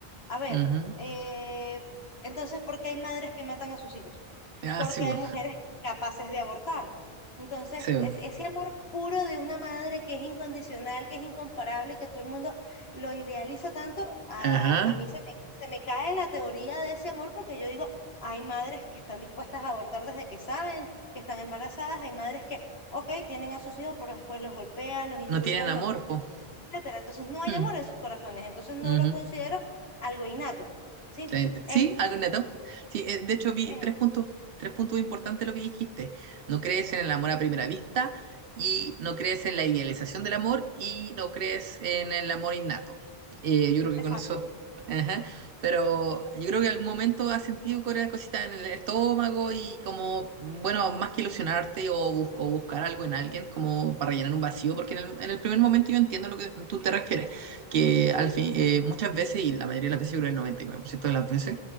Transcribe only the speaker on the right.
ujú.
Ah,
sí, po,
sí, po.
Ajá.
No tienen amor,
po.
Mm,
ujú.
Te- te-
Sí, algo neto. Sí, eh, de hecho vi
tres puntos, tres puntos importantes de lo que dijiste. No crees en el amor a primera vista y no crees en la idealización del amor y no crees en el amor innato. Eh, yo creo que
con eso, ajá. Pero yo creo que en algún momento has sentido cosas cositas en el estómago y como, bueno, más que ilusionarte o, bus- o buscar algo en alguien como para llenar un vacío, porque en el, en el primer momento yo entiendo lo que tú te refieres que al fin, eh, muchas veces, y la mayoría de las veces, yo creo el 99% de las veces,